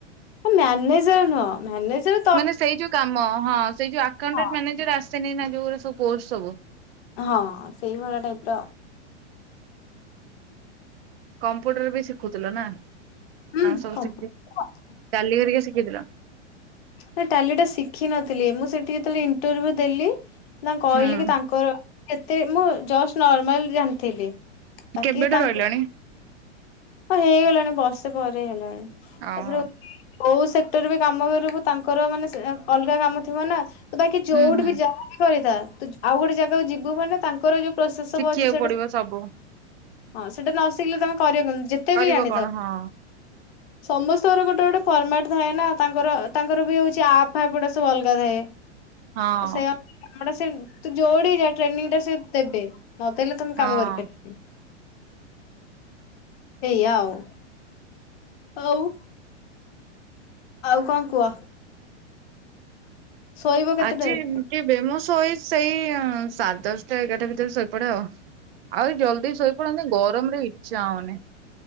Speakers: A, on the left; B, on the right.
A: ହଁ ମ୍ୟାନେଜର ନୁହଁ ମ୍ୟାନେଜର।
B: ମାନେ ସେଇ ଯୋଉ କାମ ହଁ ସେ ଆକାଉଣ୍ଟଣ୍ଟ
A: ହଁ
B: ମାନେଜର ଆସେନି ନା ଯୋଉ ଗୁରା ସବୁ ପୋଷ୍ଟ ସବୁ।
A: ହଁ ସେଇଭଳିଆ ଟାଇପର।
B: କମ୍ପ୍ୟୁଟର ବି ଶିଖୁଥିଲ ନା
A: ହୁଁ
B: ସବୁ
A: କମ୍ପା
B: ଶିଖ ଟାଲି ଘରିକା ଶିଖିଥିଲ।
A: ନା ଟାଲି ଟା ଶିଖିିନଥିଲି ମୁଁ ସେଠି ଯେତେବେଳେ ଇଣ୍ଟରଭି୍ୟୁ ଦେଲି ମୁଁ କହିଲି
B: ହୁଁ
A: କି ତାଙ୍କର ଏତେ ଏମିତି ମୁଁ ଜଷ୍ଟ ନର୍ମାଲ ଜାଣିଥିଲି। ବାକି
B: କେବେଠୁ
A: ତାଙ୍କୁ
B: ରହିଲଣି?
A: ହଁ ହେଇଗଲାଣି ବର୍ଷେ ପରେ ହେଲାଣି ତାପରେ
B: ଓହୋ
A: କୋଉ ସେକ୍ଟର ବି କାମ କରିବୁ ତାଙ୍କର ମାନେ ଅଲଗା କାମ ଥିବ ନା। ତ ବାକି ଯୋଉଠି
B: ହୁଁ ହୁଁ
A: ବି ଯାହାବି କରିଥା ତୁ ଆଉ ଗୋଟେ ଜାଗାକୁ ଯିବୁ ମାନେ ତାଙ୍କର ଯୋଉ ପ୍ରୋସେସ
B: ଶିଖିବାକୁ
A: ସବୁ ଅଛି ସେଇଟା।
B: ପଡିବ ସବୁ
A: ହଁ ସେଟା ତ ନ ଶିଖିଲେ ତମେ କରିବନି ଯେତେ
B: କରିବ
A: ବି ଜ୍ଞ୍ୟାନି
B: କଣ
A: ଥାଅ।
B: ହଁ
A: ସମସ୍ତଙ୍କର ଗୋଟେ ଗୋଟେ ଫର୍ମାଟ୍ ଥାଏ ନା ତାଙ୍କର ତାଙ୍କର ବି ହେଉଛି ଆପ୍ ଫାପ୍ ଗୋଟା ସବୁ ଅଲଗା ଥାଏ।
B: ହଁ
A: ସେ ସେ ତୁ ଯୁଆଡେ ଯା ଟ୍ରେନିଂ ଟା ସେ ଦେବେ। ନ ଦେଲେ ତମେ
B: ହଁ
A: କାମ କରିପାରି ଏୟା ଆଉ ହଉ। ଆଉ କଙ୍କ କୁହ? ଶୋଇବ କେତେଟାରେ?
B: ଆଜି ଟିକେ
A: ତମେ?
B: ବେମୋସ ହୋଇ ସେଇ ସାଢ଼େ ଦଶଟା ଏଗାରଟା ଭିତରେ ଶୋଇପଡେ ଆଉ। ଆହୁରି ଜଲ୍ଦି ଶୋଇ ପଡନ୍ତି ଗରମ ରେ ଇଚ୍ଛା ହଉନି।